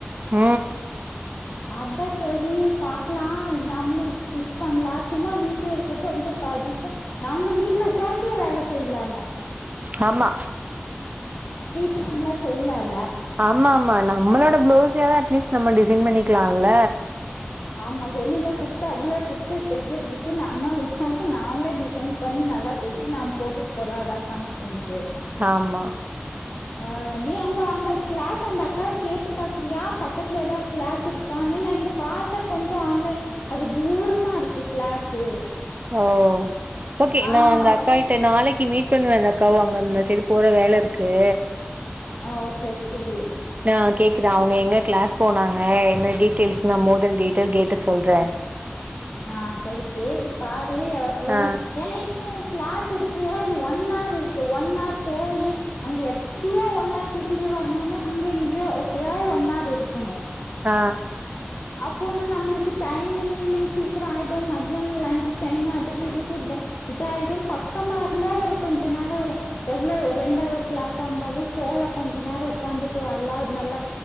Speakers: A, on the right; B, on the left.
A: அ
B: அதான் சரி பாக்லாம் நம்மளும் ஸ்டிச் பண்ணலாம் சும்மா வீட்டே இருக்க கொஞ்சோம் பதிச்சா நம்மளும் வீட்டுல உட்காந்து வேல செய்லாம்ல்ல
A: ஆமா
B: ஃப்ரீ டைம்ல செய்லால
A: ஆமா ஆமாண்ணா நம்மளோட பிளவுஸ் யாவது அட்லீஸ்ட் நம்ம டிசைன் பண்ணிக்லால
B: ஆமா வெளியில குடுத்து அவ்வளோ குடுத்து தைக்கிறதுக்கு நம்ம பிளவுஸ நாமளே டிசைன் பண்ணி நல்லா தச்சு நாம போட்டுட்டு போலாம் எதாது ஃபங்க்ஷனுக்கு
A: ஆமா
B: அ நீ உங்க அங்க கிளாஸ அந்த அக்காவ கேட்டு பாக்குறியா பக்கத்துல ஏதாவது கிளாஸ் இருக்கானு நான் இங்க பாத்தேன் கொஞ்சோம் ஆன்லைன் அது தூரமா இருக்கு கிளாஸு
A: ஓ ஓகே
B: ஆ
A: நான் அந்த
B: அவ்ளோ
A: அக்காகிட்ட நாளக்கி மீட் பண்ணுவே அந்த அக்காவு அவுங்க அந்த சைடு போற வேல இருக்கு
B: ஓ செரி செரி
A: ஆ கேக்குதா அவுங்க எங்க கிளாஸ் போனாங்க என்ன டீட்டெயல்ஸ் நான் மோர்தென் டீட்டெயல் கேட்டு சொல்றேன்
B: ஆ செரி கேட்டு பாரு செரி அப்ளோன்ன
A: ஆ
B: என்ன இப்போ ஒரு கிளாஸ் இருக்கு அது ஒன் ஆர் இருக்கு ஒன் ஆர் போயி அங்க எப்புடியோ ஒன் ஆர் திரும்பி வரணும்னு அங்க இங்கயோ எப்டியாது ஒன் ஆர் இருக்கணும்
A: ஆ
B: அப்பனா நம்மளுக்கு டைமு ஈவினிங் சீக்கிரம் ஆயிடும் மத்தியானம் லன்ச் டைம் அதுக்கு இதுக்கும் இதாயிடும் பக்கமா இருந்தா ஒரு கொஞ்ச நேரோம் ஒரு எவ்ளவு ரெண்டு அவர் கிளாஸா இருந்தாலும் போலா கொஞ்ச நேரம் உட்காந்துட்டு வரலாம் நல்லா